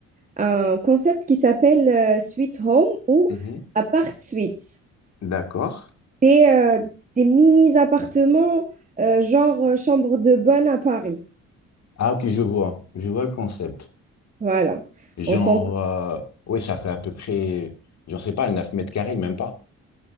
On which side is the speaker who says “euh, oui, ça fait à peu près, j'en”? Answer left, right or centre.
Left